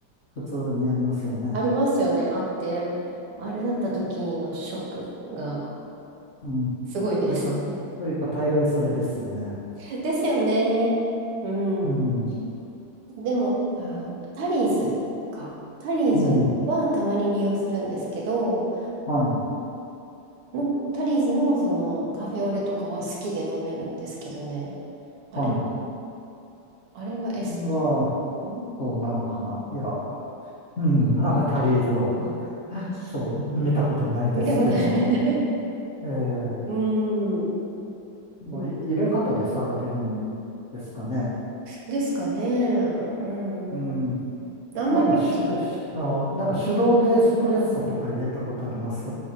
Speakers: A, on the left; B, on the right.
A: 普通にありますよね。
B: ありますよね、あって、あれだった時のショックが
A: うん。
B: すごいです。
A: というか、というか、大概それですよね。
B: <laughs> ですよね。うん。
A: うん、
B: でも、あ、タリーズか。タリーズはたまに利用するんですけど、
A: うん、はい、
B: のタリーズのそのカフェオレとかは好きで飲めるんですけどね。あれ、
A: はい。こ
B: あれはエスプレ
A: れは、
B: う
A: そうなのかな。いや、うん、アバタリーズを、<laughs> そう、見たことないですけど、
B: 見たことない。
A: ええ
B: <laughs> うーん。
A: まあ、
B: うん
A: い入れ方で差が出るんですかね。
B: ですかね。うん。
A: うん。
B: あんまりなんかちょっと
A: なんかし、しあのなんか手動でエスプレッソとか入れたことあります